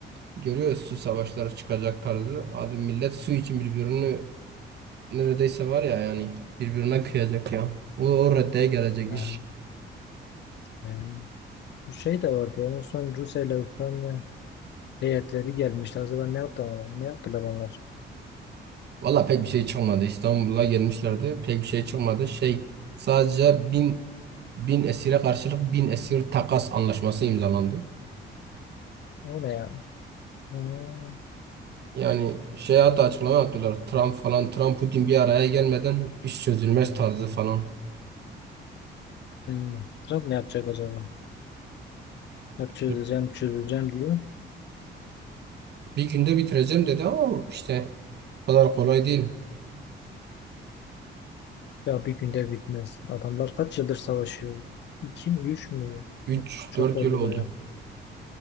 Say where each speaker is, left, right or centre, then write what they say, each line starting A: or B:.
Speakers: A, on the right; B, on the left.
A: görüyoruz. Su savaşları çıkacak tarzı. Abi millet su için birbirini neredeyse var ya yani birbirine kıyacak ya. O, o reddeye gelecek
B: Ha,
A: iş.
B: benim- bu şey de vardı. ya, En son Rusya ile Ukrayna heyetleri gelmişti. Acaba ne yaptı, ne yaptılar onlar?
A: Valla pek bir şey çıkmadı. İstanbul'a gelmişlerdi. Pek bir şey çıkmadı. Şey sadece bin bin esire karşılık bin esir takas anlaşması imzalandı.
B: O ne ya? Hmm.
A: Yani şey hatta açıklama yaptılar. Trump falan, Trump Putin bir araya gelmeden iş çözülmez tarzı falan.
B: Hmm. Trump ne yapacak acaba? Hep çözeceğim,
A: Bir,
B: çözeceğim diyor.
A: bir günde bitireceğim dedi ama işte o kadar kolay değil.
B: Ya bir günde bitmez. Adamlar kaç yıldır savaşıyor? İki mi, üç mü?
A: Üç
B: Bak, Çok
A: dört
B: oldu
A: yıl oldu.
B: bayağı.